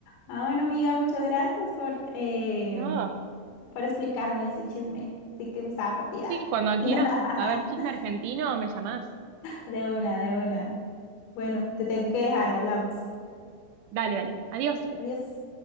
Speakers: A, on the left (about 85°); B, on the right (about 80°).
A: Ah, bueno, amiga, muchas gracias por, em,
B: No,
A: por explicarme ese chisme. Sí que estaba perdida.
B: sí, cuando
A: <laughs>
B: quieras saber chisme argentino, me llamás.
A: De una, de una. Bueno, te tengo que dejar, hablamos.
B: Dale, dale. Adiós.
A: Adiós.